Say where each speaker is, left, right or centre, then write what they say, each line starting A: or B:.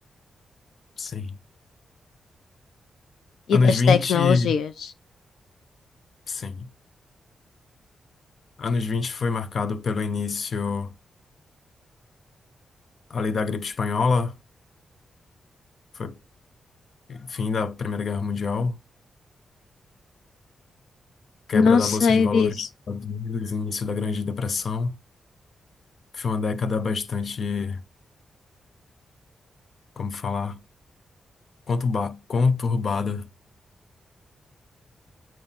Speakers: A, on the left; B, on the left.
A: sim. Anos
B: e das
A: 20,
B: tecnologias.
A: sim. Anos 20 foi marcado pelo início ali da gripe espanhola, foi fim da Primeira Guerra Mundial. quebra
B: Não
A: da
B: sei
A: Bolsa de Valores
B: disso.
A: dos Estados Unidos, início da Grande Depressão. Foi uma década bastante, como falar, conturba- conturbada.